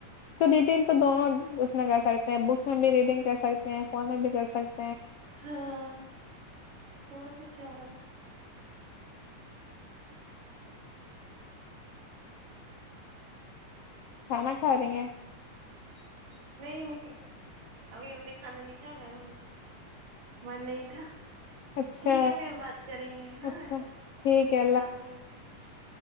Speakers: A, on the left; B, on the right.
A: تو نیین تو دونوں اس میں گھر ستے ہیں ابو <unintelligible> میں بھی ریڈنگ کر سکتے ہیں فون میں بھی کر سکتے ہیں <unintelligible>
B: ہاں تھوڑا سا <unintelligible> چاول <inaudible>
A: کھانا کھا رہی ہیں <unintelligible>
B: نہیں نہیں ابھی ہم نے کھانا نہیں کھایا میں من نہیں تھا <unintelligible>
A: اچھا
B: ٹھیک ہے پھر بات کریں گے ہاں
A: اچھا ٹھیک ہے
B: اللہ حافظ <unintelligible>